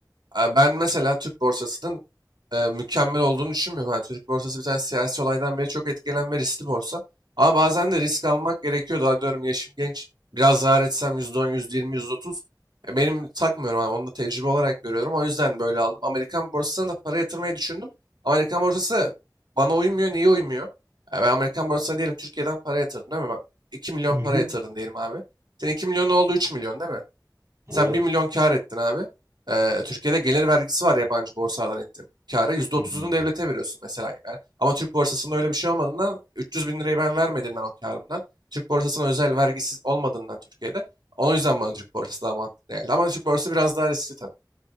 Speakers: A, on the right; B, on the right.
A: E, Ben mesela Türk borsasının e, mükemmel olduğunu düşünmüyorum. Yani Türk borsası bir tane siyasi olaydan beri çok etkilenen ve riskli borsa. Ama bazen de risk almak gerekiyor. Daha diyorum yaşım genç. Biraz zarar etsem %10, %20, %30. E, benim takmıyorum abi. Onu da tecrübe olarak görüyorum. O yüzden böyle aldım. Amerikan borsasına da para yatırmayı düşündüm. Ama Amerikan borsası bana uymuyor. Niye uymuyor? E, ben Amerikan borsasına diyelim Türkiye'den para yatırdım değil mi? Ben 2 milyon
B: Hı hı.
A: para yatırdın diyelim abi. Senin 2 milyon oldu Üç milyon değil mi?
B: Evet.
A: Sen bir milyon kar ettin abi. Ee, Türkiye'de gelir vergisi var yabancı borsalardan ettiğin kâra. yüzde otuz'unu
B: Hı hı.
A: devlete veriyorsun mesela. Yani. Ama Türk borsasında öyle bir şey olmadığından 300 bin lirayı ben vermediğimden o karımdan. Türk borsasına özel vergisiz olmadığından Türkiye'de. O yüzden bana Türk borsası daha mantıklı geldi. Ama Türk borsası biraz daha riskli tabii.